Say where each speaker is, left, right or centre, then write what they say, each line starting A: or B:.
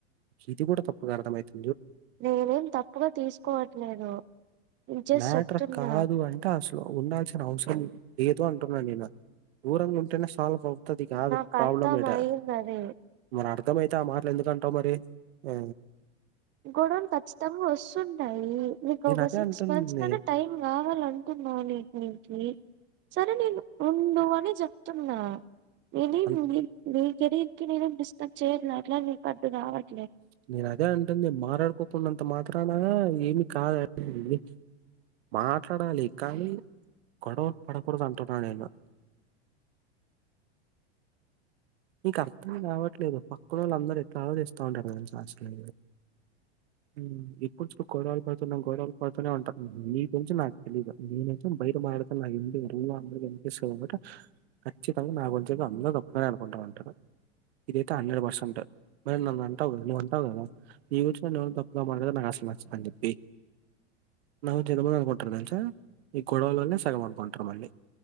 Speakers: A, on the right; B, on the right.
A: ఇది కూడా తప్పక అర్థమైతద్
B: నేనేం తప్పుగా తీసుకోవట్లేదు నేను జస్ట్
A: మ్యాటర్
B: చెప్తున్నా
A: కాదు అంటే అసలు ఉండాల్సిన అవసరం లే ఏదో అంటున్నాను నేను దూరంగా ఉంటేనే సాల్వ్ తది కాదు
B: నాకు
A: ప్రాబ్లమ్
B: అర్థం
A: ఈడ
B: అయింది అది
A: మర్ అడ్ అర్థమైతే ఆ మాటలు ఎందుకంటవ్ మరి ఆ
B: గొడవలు కఖచ్చితంగా వస్తుంటాయి నీకో
A: నేను
B: విష
A: అదే అంటుంది
B: కొంచెం అయినా టై కావాల్ అంటున్న నీకి <unintelligible> సర్ అరే నేను ఉండు అని చెప్తున్నా ఏంది
A: అన్
B: నీ నీ కేరియర్ కి నేన్నేం డిస్టర్బ్ చేయట్లే అట్ల నికి అర్ద కావట్లే
A: నేను అదే అన్ టుందేమా మారలాడుకోకుంన్నంత మాత్రాన ఏమి కాద్ <unintelligible> మాట్లాడాలి కానీ గోడవ పడకూడదు అంటున నేను నీకు అర్థం కావట్లేదు పక్కనోళ్ళు అందరు ఎట్లా ఆలోచిస్త్ తండారు తెల్సా అసలు హ్మ్ ఎప్పుడు చూడు గోడలు పడుతున్నా గోడవలు పడుతూనే ఉంటారు మీక్ తెల్సు నాకు తెలియదు నేనైతే బైట మాటడకుండా <unintelligible> వినిపిస్త్ ఖచ్చితంగా నా గురించి అందరు తప్పుగానే అనుకుంటాను అంటను ఇదియితే హండ్రెడ్ పర్సెంట్ మరి నాన్ ఉంటావ్ కదా నువ్వుంటావుకదా నీ గురించి ఎవరైనా న తప్పుగా మాట్లాడితే నాకు అసలు నచ్చదు అని చెప్పి నా గురించి జనం ఏం అనుకుంట్రతెల్సా ఈ గొడవల్నే సగం అనుకుంట్ర మళ్ళీ